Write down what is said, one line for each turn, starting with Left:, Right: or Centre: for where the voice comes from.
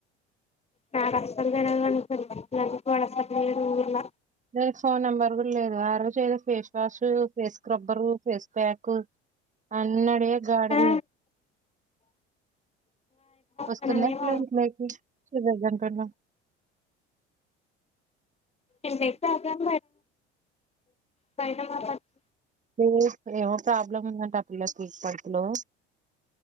Left: నాకసలు తెల్వదు అందుకుసరుంగ
Right: దానికి ఫోన్ నెంబర్ కూడా లేదు ఆరు చే face wash face scrubber face pack అన్నడే గగాడది
Left: ఆ
Right: వస్తు
Left: మనమేమో
Right: నెక్లేట్ మకిజన్నా
Left: ఎతే అగం పైడ పడం <inaudible>
Right: హ్మ్మ్ ఏవో ప్రోబ్లమ్ ఉందంట ఆ పిల్లకి తిరుపతి లో